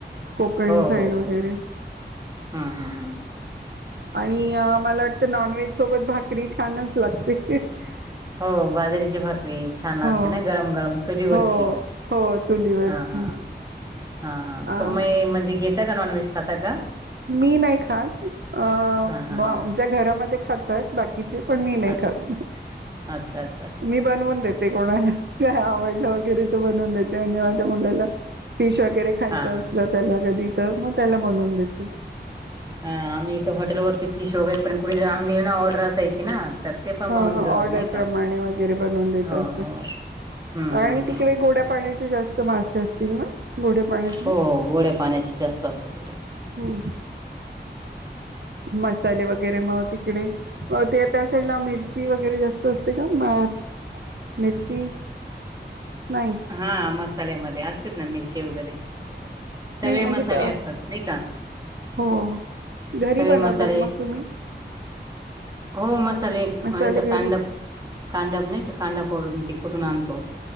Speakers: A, on the right; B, on the right.
A: कोकण
B: हो
A: साईड
B: हो
A: वगैरे
B: हो हम्म हम्म हम्म
A: आणि मला वाटतं नॉनव्हेज सोबत भाकरी छानच लागते ह ह-
B: हो बाजरीची भाकरी छान लागते
A: हो
B: ना गरम -गरम चुलीवररची
A: हो हो चुलीवरची
B: हा -हा. हा -हा
A: अ
B: तुम्हीं म्हणजे घेता -का नॉनव्हेज खाता का?
A: मी नाही खात अ
B: हा हा
A: ब आमच्या
B: हा
A: घरामध्ये खातात. बाकीचे, पण मी नाही
B: अच्छा
A: खात.
B: अच्छा -अच्छा.
A: मी बनवून देते कोणाला काय आवडलं <inaudible> वगैरे त बनवून देते म्हणजे माझ्या मुलाला फिश वगैरे खायचं
B: हा हा
A: असलं त्याला कधी तर मग त्याला बनवून देते.
B: हा आम्ही इथे हॉटेलवरती फिश वगैरे पण कुणी जण आमी ना ऑर्डर असायची ना. तर ते पण
A: हा-
B: बनवून
A: हा
B: देत होतात
A: ऑर्डर
B: नाही का
A: प्रमाणे वगैरे बनवून देत
B: हो
A: अस.
B: हो हम्म
A: आणि
B: हम्म
A: तिकडे
B: हम्म
A: गोड्या पाण्याचे जास्त मासे असतील ना? गोड्या पाण्यातले
B: हो गोड्या पाण्याची जास्त असतेत ईकड.
A: हम्म मसाले वगैरे मग तिकडे म ते त्या साईडला मिरची वगैरे जास्त असते का? म- मिरची नाही.
B: हा मसाल्यामध्ये असतेत ना मिरची वगैरे. सगळे
A: नाही म्हणजे
B: मसाले असतात नाही का
A: हो घरी
B: सगळे
A: बनवतात
B: मसाले
A: मग तुम्ही
B: हो मस साले
A: मसाले
B: इथं
A: घरी
B: कांडप- कांडप नाही का कांडपरून त कुठून आणतो.